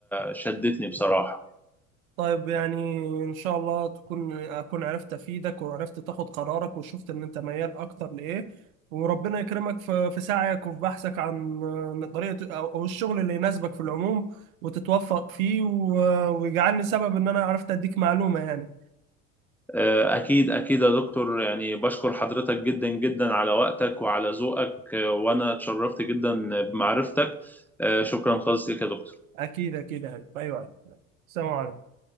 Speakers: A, in the centre; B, on the right (about 75°).
A: شدتني بصراحة
B: طيب يعني ان شاء الله تكون اكون عرفت افيدك وعرفت تاخد قرارك وشفت ان انت ميال اكتر لايه وربنا يكرمك في في سعيك وفي بحثك عن طريقة او أو الشغل اللي يناسبك في العموم وتتوفق فيه و- ويجعلني سبب ان انا عرفت اديك معلومة يعني
A: آه، أكيد أكيد يا دكتور يعني بشكر حضرتك جدا جدا على وقتك وعلى ذوقك وأنا اتشرفت جدا بمعرفتك آه، شكرا خالص لك يا دكتور
B: اكيد اكيد يا حبيبي. ايوه السلام عليكم